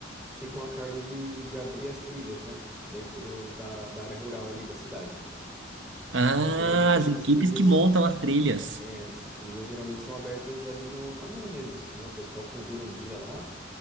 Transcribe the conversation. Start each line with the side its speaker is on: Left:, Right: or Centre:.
Centre: ficam a cargo de, de abrir as trilhas, né? Dentro do, da, da área rural ali da cidade.
Right: Ah,
Centre: E geralmente
Right: as
Centre: essas
Right: equipes
Centre: trilhas,
Right: que montam as trilhas.
Centre: é, essas trilhas geralmente são abertas ali no, na mão mesmo, assim, né? O pessoal combina um dia lá,